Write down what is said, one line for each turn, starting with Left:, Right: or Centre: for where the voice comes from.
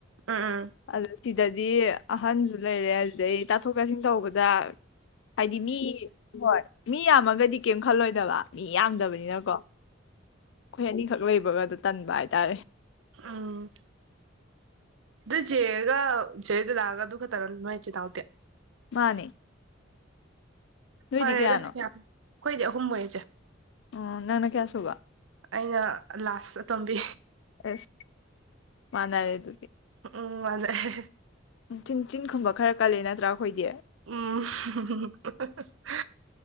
Right: ꯎꯝ ꯎꯝ
Left: ꯑꯗ ꯁꯤꯗꯗꯤ ꯑꯍꯟꯁꯨ ꯂꯩꯔꯦ ꯑꯗꯨꯗꯩ ꯇꯥꯊꯣꯛ ꯇꯥꯁꯤꯟ ꯇꯧꯕꯗ ꯍꯥꯏꯗꯤ ꯃꯤ ꯍꯣꯏ ꯃꯤ ꯌꯥꯝꯃꯒꯗꯤ ꯀꯩꯝ ꯈꯜꯂꯣꯏꯗꯕ ꯃꯤ ꯌꯥꯝꯗꯕꯅꯤꯅꯀꯣ ꯑꯩꯈꯣꯏ ꯑꯅꯤꯈꯛ ꯂꯩꯕ ꯕꯥꯕꯥꯗꯨ ꯇꯟꯕ ꯍꯥꯏꯇꯥꯔꯦ
Right: ꯎꯝ ꯑꯗꯨ ꯆꯦꯒ ꯆꯦꯒꯤ ꯗꯥꯗꯥꯒ ꯑꯗꯨ ꯈꯛꯇꯔ ꯅꯣꯏ ꯏꯆꯤꯟ ꯏꯅꯥꯎꯗꯤ
Left: ꯃꯥꯅꯦ ꯅꯣꯏꯗꯤ
Right: ꯐꯔꯦꯗ
Left: ꯀꯌꯥꯅꯣ
Right: ꯌꯥꯝ ꯑꯩꯈꯣꯏꯗꯤ ꯑꯍꯨꯝ ꯑꯣꯏꯌꯦ ꯆꯦ
Left: ꯎ ꯅꯪꯅ ꯀꯌꯥꯁꯨꯨꯕ
Right: ꯑꯩꯅ ꯂꯥꯁ ꯑꯇꯣꯝꯕꯤ
Left: ꯑꯁ ꯃꯥꯅꯔꯦ ꯑꯗꯨꯗꯤ
Right: ꯎꯝ ꯃꯥꯟꯅꯩ ꯑꯍꯦꯍꯦ
Left: ꯎꯝ ꯆꯤꯟ ꯆꯤꯟꯒꯨꯝꯕ ꯈꯔ ꯀꯜꯂꯤ ꯅꯠꯇ꯭ꯔꯥ ꯑꯩꯈꯣꯏꯗꯤ
Right: ꯎꯝ ꯍꯨꯝ ꯍꯥ ꯍꯥ